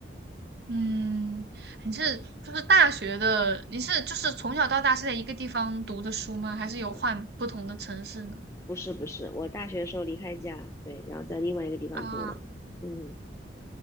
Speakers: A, on the right (about 60°); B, on the left (about 15°).
A: 嗯，你是就是大学的，你是就是从小到大是在一个地方读的书吗？还是有换不同的城市呢？
B: 啊，不是不是，我大学的时候离开家，对，然后在另外一个地方读的。
A: 啊。
B: 嗯，